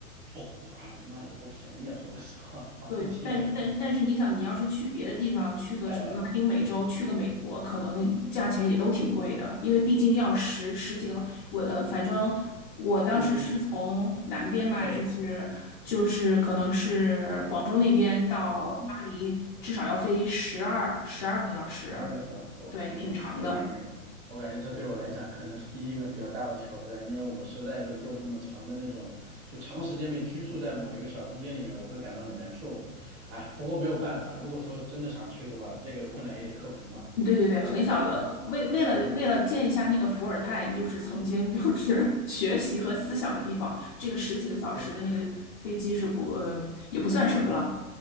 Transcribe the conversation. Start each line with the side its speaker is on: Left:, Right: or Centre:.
Right: 哦，哎，那也不便宜啊，说个实话，把一千五，
Left: 对，但但但是你想，你要是去别的地方，去个什么拉丁美洲，
Right: 哎哎，
Left: 去个美国，可能价钱也都挺贵的，因为毕竟要十十几个，我呃，反正我当时是从南边吧，
Right: 嗯嗯。哎，
Left: 就是就是可能是广州那边到巴黎，
Right: 啊，
Left: 至少要飞十二十二个小时，
Right: 十二个小时，我天呐，
Left: 对，挺长的。
Right: 我感觉，我感觉这对我来讲可能是第一个比较大的挑战，因为我实在就做这么长的那种，就长时间被拘束在某一个小空间里面，我会感到很难受。哎，不过没有办法，如果说真的想去的话，这个困难也得克服嘛。
Left: 对对对，很小的，
Right: OK，
Left: 为为了为了见一下那个伏尔泰，就是曾经就是 <laughs> 学习和思想的地方，这个十几个小时的那个飞机是不，
Right: 是
Left: 嗯、也不算什么了，